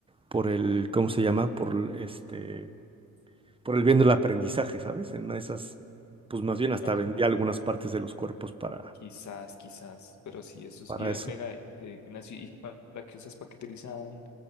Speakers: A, on the right; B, on the left.
A: por el, ¿cómo se llama? Por el, este, por el bien del aprendizaje, ¿sabes? En una de esas, pues más bien hasta
B: Ajá.
A: vendía algunas partes de los cuerpos para,
B: Quizás, quizás, pero sí, eso es.
A: para
B: Y ve-
A: eso.
B: venga, eh, Ignacio, ¿y pa- para qué ustedes paqueterizan